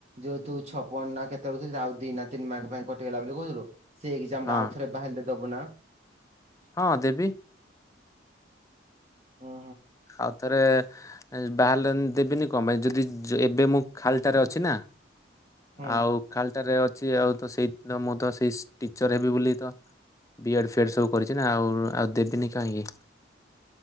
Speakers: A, on the right; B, on the left.
A: ଯୋଉ ତୁ ଛପନ ନା କେତେ ହଉଚି ସେଇ ଆଉ ଦି ନା ତିନି ମାର୍କ ପାଇଁ କଟିଗଲା ବେଲି କହୁଥିଲୁ ସେ ଏକଜାମ୍
B: ହଁ
A: ଟା ଆଉଥରେ ବାହାରିଲେ ଦବୁ ନା?
B: ହଁ ଦେବି।
A: ହୁଁ
B: ଆଉଥରେ ବାହାରିଲେ ଦେବିନି କଣ ପାଇଁ ଯଦି ଏବେ ମୁଁ ଖାଲି ଟାରେ ଅଛି ନା
A: ହୁଁ
B: ଆଉ ଖାଲିଟାରେ ଅଛି ଆଉ ତ ସେଇ ମୁଁ ତ ସେଇ ଟିଚର ହେବି ବୋଲି ତ ବିଏଡ୍ ଫିଏଡ୍ ସବୁ କରିଛି ନା ଆଉ ଆଉ ଦେବିନି କାହିଁକି।